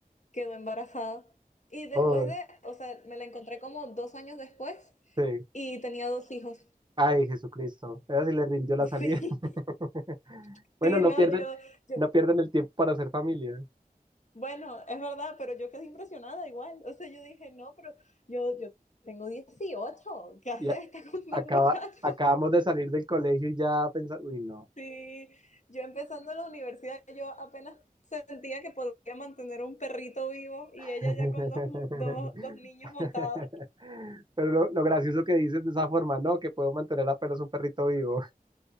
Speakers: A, on the left (about 50°); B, on the right (about 30°).
A: quedó embarazada. Y después
B: oh,
A: de, o sea, me la encontré como dos años después
B: sí.
A: Y tenía dos hijos.
B: Ay, Jesucristo, ella sí le rindió la
A: Sí,
B: salida. <laughs>
A: <laughs>
B: Bueno,
A: sí,
B: no
A: no,
B: pierden,
A: yo, yo,
B: no pierden el tiempo para hacer familia.
A: bueno, es verdad, pero yo quedé impresionada igual. O sea, yo dije, no, pero yo, yo tengo dieciocho ¿qué haces
B: Y a-
A: esta <laughs> con dos
B: acaba,
A: muchachos?
B: acabamos de salir del colegio y ya pensamos, uy, no.
A: Sí, yo empezando la universidad, yo apenas sentía que podía mantener un perrito vivo y
B: <laughs>
A: ella ya con dos, mu- dos, dos niños montados.
B: Pero lo, lo gracioso que dices de esa forma, ¿no? Que puedo mantener apenas un perrito vivo.